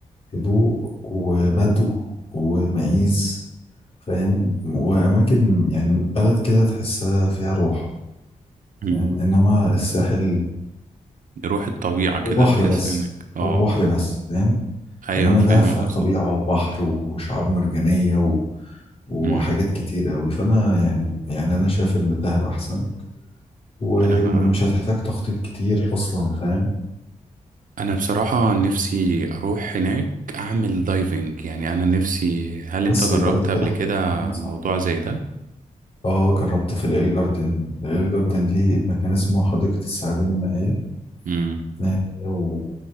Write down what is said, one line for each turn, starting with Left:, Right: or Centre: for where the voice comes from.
Left: هدوء وبدو ومعيز فاهم وأماكن يعني بلد كده تحسها فيها روح
Right: مم.
Left: فاهم إنما الساحل
Right: روح الطبيعة كده
Left: هو بحر
Right: تحس
Left: بس
Right: انك اه
Left: هو بحر بس فاهم
Right: ايوه
Left: انما
Right: فاهم
Left: ده فيها
Right: قصدك
Left: طبيعه وبحر وشعاب مرجانيه و... وحاجات
Right: امم
Left: كتير قوي فانا يعني يعني انا شايف ان دهب احسن ومش
Right: انا
Left: هتحتاج تخطيط كتير اصلا فاهم
Right: انا بصراحة نفسي اروح هناك اعمل دايفنج يعني انا نفسي هل انت
Left: بس
Right: جربت
Left: يبقى انت كده
Right: قبل
Left: اخترت
Right: كده
Left: المكان صح
Right: موضوع زي ده
Left: اه جربت في الايل جاردن الايل جاردن دي مكان اسمه حديقة الثعابين المائية
Right: امم
Left: آه، و...